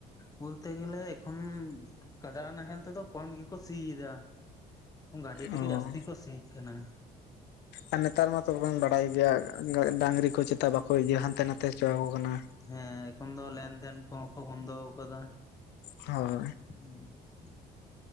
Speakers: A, on the left; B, on the left.
A: ᱵᱚᱞᱛᱮ ᱜᱮᱞᱮ ᱮᱠᱷᱚᱱ ᱠᱟᱰᱟ ᱱᱟᱦᱮᱞ ᱛᱮᱫᱚ ᱠᱚᱢ ᱜᱮᱠᱚ ᱥᱤ ᱮᱫᱟ ᱾ ᱜᱟᱹᱰᱤ ᱛᱮᱜᱮ
B: ᱚ
A: ᱡᱟᱹᱥᱛᱤ ᱠᱚ ᱥᱤ ᱠᱟᱱᱟ ᱾
B: ᱟᱨ ᱱᱮᱛᱟᱨ ᱢᱟᱛᱚ ᱵᱮᱱ ᱵᱟᱰᱟᱭ ᱜᱮᱭᱟ ᱰᱟᱝᱨᱤ ᱠᱚ ᱪᱮᱛᱟ ᱵᱟᱠᱚ ᱤᱭᱟᱹ ᱦᱟᱱᱛᱮ ᱱᱟᱛᱮ ᱦᱚᱪᱚ ᱟᱠᱚ ᱠᱟᱱᱟ᱾
A: ᱦᱮᱸ ᱮᱠᱷᱚᱱ ᱫᱚ ᱞᱮᱱᱫᱮᱱ ᱠᱚᱦᱚᱸ ᱠᱚ ᱵᱚᱱᱫᱚ ᱟᱠᱟᱫᱟ ᱾
B: ᱦᱳᱭ ᱾
A: <unintelligible>